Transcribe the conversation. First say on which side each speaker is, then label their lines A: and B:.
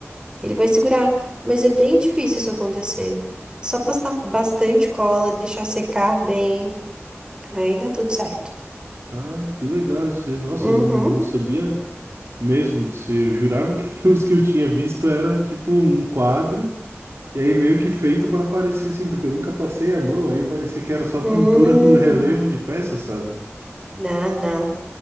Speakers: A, on the right (about 20°); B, on the right (about 65°).
A: Ele vai segurar, mas é bem difícil isso acontecer. É só passar bastante cola, deixar secar bem, aí dá tudo certo.
B: ah, que legal isso aí. Nossa,
A: Uhum.
B: eu não, não sabia mesmo disso aí. Eu jurava que <laughs> os que eu tinha visto era tipo um quadro E aí meio que feito pra parecer assim, porque eu nunca passei a mão, aí parecia que era só pintura
A: Hum.
B: com relevo de peça, sabe?
A: Não, não.